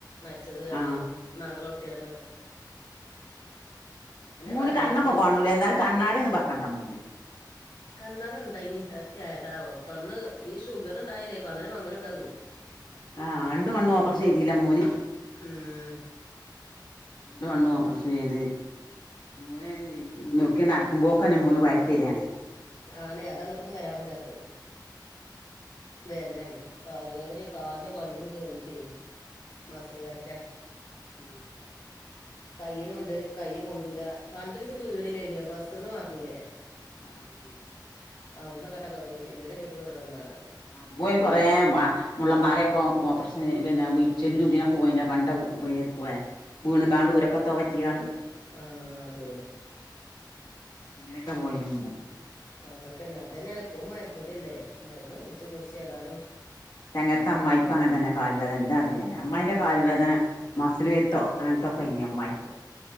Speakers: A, on the left; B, on the left.
A: മരിച്ചത്ർഞ്ഞ്
B: ആ
A: മകള ഉട്ടിയാണ്.
B: ഇമ്മൂന്
A: പറഞ്ഞ്
B: കണ്ണൊക്കെ
A: ഏ,
B: കാണുലെ എന്നാലും കണ്ണാടിന്നും ബെക്കണ്ടമ്മൂന്
A: കണ്ണടണ്ടായിനി. അത്യായതാവും. കണ്ണ്, ഈ ഷുഗറ് ഇണ്ടായേരേ കണ്ണിന് മങ്ങല് ഉണ്ടാവേ.
B: ആഹ് രണ്ട്കണ്ണും ഓപ്രഷെയ്തീലെ മ്മൂന്
A: ഉം
B: രണ്ട്കണ്ണും പ്രശംചെയ്ത് ഇമ്മുനയ്ന് നൊട്ക്കെ നടക്കുമ്പോക്കെന്നെ ഇമ്മുന് കൊയകെരാണെ
A: ആണെ അത ഇങ്ങട്ടൊന്നും വരാൻ വെജ്ജാത്തെ വേദനേണ് കാല് വേദനെ കാലിന്റെ വള്ളിണ്ട് കേറിട്ടേ മസില് കേറ്റ
B: ആ
A: കയ്യിനുണ്ട്. കയ്യ് പൊന്തൂല. പണ്ട് ഒരീസം ബീണില്ലേന്വാ? ബസ്സ്ന്ന് മറിഞ്ഞിലെ?
B: ആഹ് ആഹ്
A: അവുഡ്‌ന്ന്ങ്ങട്ട തൊട്ങ്ങി ചിന്നൂന്റെ പേറ്റിലണ്ടൊന്നാണ് അത്.
B: അബ്ബുയ്ന് കൊറേ ആ മുള്ളൻമ്പാരെക്കോ ഓപ്ര പിന്നെ ഉയിച്ചില്നും
A: ഉം
B: ഇതിനൊക്കെ പോയിന്റ പണ്ട വീ ഹൊയ വീണ്കാണ്ട് ഊരക്കെത്തോ പറ്റിയാണ്ട്
A: ആഹ് പോയിന്.
B: അങ്ങനെക്കെ പോയിനി മ്മു
A: അതൊക്കെന്നെ അതന്നെണ് എപ്പളും മരുന്നുടില്ലേ മര്ന്ന് കുടിച്ച് കുടിച്ച് ഏതാലും
B: തെങ്ങര്ത്ത അമ്മായിക്കും അങ്ങൻതന്നെ കാല് വേദന ഇന്റാതിരിന്നെ. അമ്മായിന്റെ കാല് വേദന മസില് വെര്ത്തോ അങ്ങൻത്തൊക്കെയ്നി അമ്മായിക്ക്